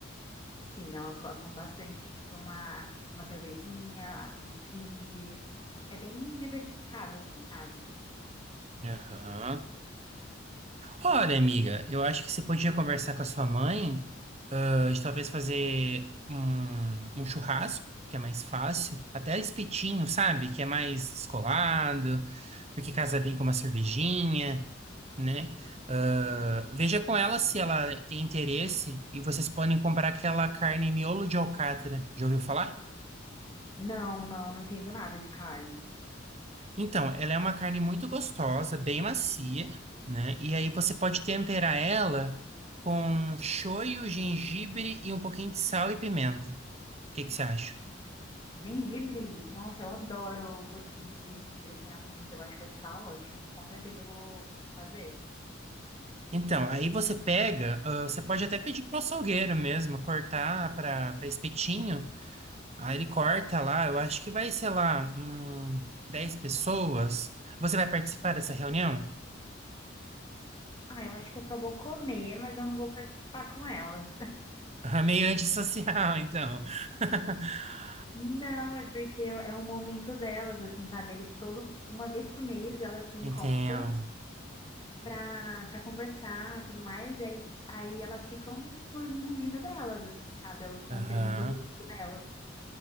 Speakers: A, on the left; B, on the right.
A: Sim, elas gostam bastante de tomar uma cervejinha, uns drinks. É bem diversificado, assim, sabe?
B: Aham. Olha, amiga, eu acho que você podia conversar com a sua mãe de talvez fazer um, um churrasco, que é mais fácil, até espetinho, sabe? Que é mais descolado, porque casa bem com uma cervejinha, né? Ah, veja com ela se ela tem interesse e vocês podem comprar aquela carne miolo de alcatra. Já ouviu falar?
A: Não, não, não entendo nada de carne.
B: Então, ela é uma carne muito gostosa, bem macia, né? E aí você pode temperar ela com shoyu, gengibre e um pouquinho de sal e pimenta. O que que você acha?
A: Gengibre, nossa, eu adoro o gostinho de gengibre, assim, na comida. Eu acho que vai ficar ótimo. Com certeza eu vou vou fazer.
B: Então, aí você pega, ah, você pode até pedir pro açougueiro mesmo cortar para para espetinho. Aí ele corta lá, eu acho que vai, sei lá, hum, 10 pessoas. Você vai participar dessa reunião? <laughs>
A: Ah, eu acho que eu só vou comer, mas eu não vou participar com elas.
B: Ah, Meio antissocial, então. <laughs>
A: Não, é porque é um momento delas, assim, sabe? Eles todo, uma vez por mês elas se encontram
B: Entendo.
A: pra, pra conversar, tudo mais, e aí, aí elas ficam no mundinho delas, assim, sabe? É o encontrinho
B: Aham.
A: do grupo delas.